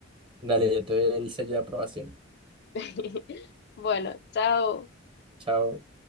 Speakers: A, on the right (about 25°); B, on the left (about 55°).
A: Dale, yo te doy el sello de aprobación.
B: <laughs> Bueno, chao.
A: Chao.